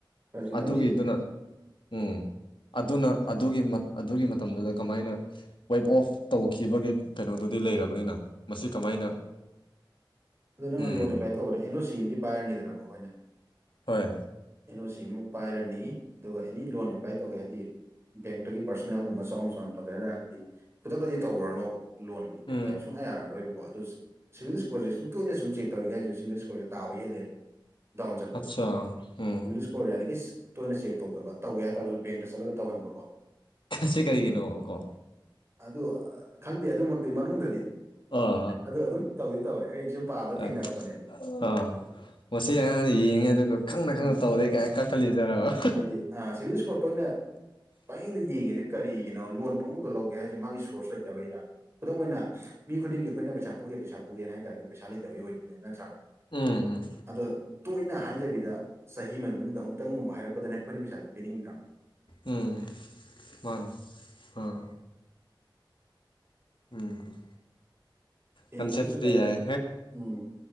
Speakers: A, on the right; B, on the left.
A: ꯈꯔ ꯈꯤꯇꯪꯗꯤ
B: ꯑꯗꯨꯒꯤꯗꯨꯅ ꯎꯝ ꯑꯗꯨꯅ ꯑꯗꯨꯒꯤꯃ ꯑꯗꯨꯒꯤ ꯃ ꯃꯇꯝꯗꯨꯗ ꯀꯃꯥꯏꯅ ꯋꯦꯞ ꯑꯣꯐ ꯇꯧꯈꯤꯕꯒꯤ ꯀꯩꯅꯣꯗꯨꯗꯤ ꯂꯩꯔꯕꯅꯤꯅ ꯃꯁꯤ ꯀꯃꯥꯏꯅ
A: <inaudible> ꯑꯗꯨ ꯅꯪꯅ
B: ꯎꯝ
A: ꯂꯣꯟ ꯑꯦꯄ꯭ꯂꯥꯏ ꯇꯧꯕꯗ ꯑꯦꯟ ꯑꯣ ꯁꯤ ꯑꯃꯗꯤ ꯄꯥꯏꯔꯅꯤꯗꯅꯀꯣ ꯑꯩꯈꯣꯏꯅ
B: ꯍꯣꯏ
A: ꯑꯦꯟ ꯑꯣ ꯁꯤ ꯑꯃ ꯄꯥꯏꯔꯅꯤ ꯑꯗꯨꯒ ꯑꯦꯅꯤ ꯂꯣꯟ ꯑꯦꯄ꯭ꯂꯥꯏ ꯇꯧꯒꯦ ꯍꯥꯏꯗꯤ ꯕꯦꯡꯛꯇꯒꯤ ꯄꯔꯁꯣꯅꯦꯜꯒꯨꯝꯕ ꯆꯥꯎꯅ ꯆꯥꯎꯅ ꯇꯧꯒꯦ ꯍꯥꯏꯔꯒꯗꯤ ꯈꯨꯗꯛꯇꯗꯤ ꯇꯧꯔꯨꯔꯅꯣꯕ ꯂꯣꯟꯗꯤ ꯑꯦꯄ꯭ꯂꯥꯏ
B: ꯎꯝ
A: ꯁꯨꯡꯌꯥ ꯌꯥꯔꯛꯑꯔꯣꯏꯕꯀꯣ ꯗꯨꯁ ꯁꯤꯚꯤꯜ ꯏꯁ꯭ꯀꯣꯔꯖꯦ ꯁꯨꯝ ꯇꯣꯏꯅ ꯁꯨꯝ ꯆꯦꯛ ꯇꯧꯔꯤꯒꯦ ꯍꯥꯏꯁꯨ ꯁꯤꯚꯤꯜ ꯏꯁꯀꯣꯔꯁꯦ ꯇꯥꯕ ꯍꯦꯜꯂꯦꯕ ꯗꯥꯎꯟ ꯆꯠꯄꯁꯦ
B: ꯑꯆꯥ ꯎꯝ
A: ꯁꯤꯚꯤꯜ ꯏꯁꯀꯣꯔꯁ ꯌꯔꯤꯗꯒꯩ ꯇꯣꯏꯅ ꯆꯦꯛ ꯇꯧꯗꯕ ꯇꯧꯒꯦ ꯍꯥꯏꯇꯥꯔꯁꯨ ꯕꯦꯡꯇ ꯆꯠꯂꯒ ꯇꯧꯍꯟꯕꯀꯣ
B: ꯁꯤ ꯀꯔꯤꯒꯤꯅꯣ ꯀꯣ
A: ꯑꯗꯣ ꯈꯪꯗꯦ ꯑꯗꯨꯃꯛꯇꯤ ꯃꯅꯨꯡꯗꯗꯤ
B: ꯑ ꯑ
A: ꯑꯗꯨ ꯑꯗꯨꯝ ꯇꯧꯗꯤ ꯇꯧꯔꯦ ꯑꯩ ꯁꯨꯝ ꯄꯥꯕꯗ
B: ꯑꯥ
A: ꯊꯦꯡꯅꯔꯛꯄꯅꯦꯕꯀꯣ
B: ꯑꯥ ꯃꯁꯤ ꯑꯉꯥꯡꯅ ꯌꯦꯡꯉꯦ ꯑꯗꯨꯒ ꯈꯪꯅ
A: ꯎꯝ
B: ꯈꯪꯅ ꯇꯧꯔꯦ ꯀꯥꯏ ꯀꯛꯊꯠꯂꯤꯖꯥꯔꯕ
A: ꯍꯥꯏꯗꯤ ꯑ ꯁꯤꯚꯤꯜ ꯏꯁꯀꯣꯔꯠꯇ ꯑꯣꯏꯅ ꯄꯥꯌꯦꯡꯗ ꯌꯦꯡꯉꯤꯁꯦ ꯀꯔꯤ ꯀꯩꯅꯣ ꯂꯣꯟ ꯄꯪꯉꯒ ꯂꯧꯒꯦ ꯍꯥꯏꯁꯦ ꯃꯥꯒꯤ ꯁꯣꯔꯁ ꯂꯩꯇꯕꯒꯤꯔꯥ ꯈꯨꯗꯝ ꯑꯣꯏꯅ ꯃꯤ ꯈꯨꯗꯤꯡꯒꯤ ꯑꯩꯈꯣꯏꯅ ꯄꯩꯁꯥ ꯄꯨꯒꯦ ꯄꯩꯁꯥ ꯄꯨꯒꯅ ꯍꯥꯏꯥꯔꯗꯤ ꯄꯩꯁꯥ ꯂꯩꯇꯕꯩ ꯑꯣꯏꯗꯣꯏꯅꯦꯕ ꯅꯠꯇ꯭ꯔꯥ
B: ꯎꯝ ꯎꯝ
A: ꯑꯗꯣ ꯇꯣꯏꯅ ꯍꯥꯏꯗꯕꯤꯗ ꯆꯍꯤ ꯑꯃꯒꯤ ꯃꯅꯨꯡꯗ ꯑꯃꯨꯛꯇꯪꯒꯨꯝ ꯍꯥꯏꯔꯛꯄꯗꯅꯦ ꯑꯈꯣꯏꯅ ꯄꯩꯥꯁꯥꯗꯣ ꯄꯤꯅꯤꯡꯗ꯭ꯔꯥ
B: ꯎꯝ ꯃꯥꯅꯦ ꯑꯥ ꯎꯝ
A: ꯕꯦꯡꯀꯤꯁꯨ
B: ꯀꯟꯁꯦꯞꯇꯨꯗꯤ
A: ꯗꯥꯏꯔꯦꯛ
B: ꯌꯥꯏ
A: ꯎꯝ